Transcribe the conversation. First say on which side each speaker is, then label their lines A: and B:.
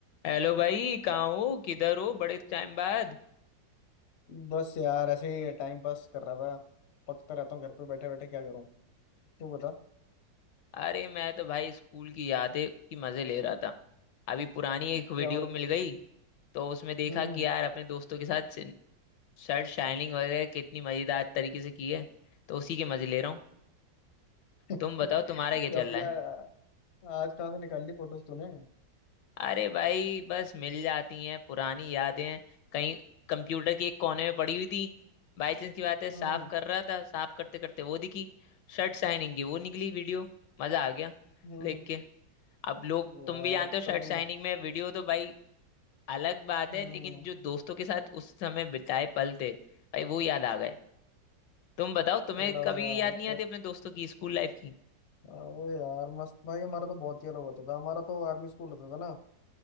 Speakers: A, on the left; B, on the left.
A: हेलो भाई कहाँ हो किधर हो बड़े टाइम बाद
B: बस यार ऐसे ही टाइम पास कर रहा था पकता रहता हूँ घर पे बैठे बैठे क्या करूँ तू बता
A: अरे मैं तो भाई स्कूल की यादें की मजे ले रहा था अभी पुरानी एक वीडियो
B: क्या हो
A: मिल गई तो उसमें देखा
B: हम्म
A: कि यार अपने दोस्तों के साथ शर्ट शाइनिंग वगैरह कितनी मजेदार तरीके से की है तो उसी के मजे ले रहा हूँ
B: <laughs>
A: तुम बताओ तुम्हारा
B: क्या
A: क्या चल
B: हो गया
A: रहा है
B: आज कहाँ से निकाल ली फोटोज तूने
A: अरे भाई बस मिल जाती हैं पुरानी यादें कहीं कंप्यूटर के एक कोने में पड़ी हुई थी बाई चांस की बात है साफ
B: हम्म
A: कर रहा था साफ करते करते वो दिखी शर्ट साइनिंग की वो निकली वीडियो मजा आ गया
B: हम्म
A: देख के अब लोग
B: यार
A: तुम भी जानते हो
B: तभी
A: शर्ट साइनिंग में वीडियो तो भाई अलग बात
B: हम्म
A: है लेकिन जो दोस्तों के साथ उस समय बिताए पल थे भाई वो याद आ गए तुम बताओ तुम्हें
B: थोड़ा
A: कभी
B: सा यार
A: याद नहीं
B: तो-
A: आती अपने दोस्तों की स्कूल लाइफ की
B: अरे यार मस्त भाई हमारा तो बहुत ही अलग होता था हमारा तो आर्मी स्कूल होता था ना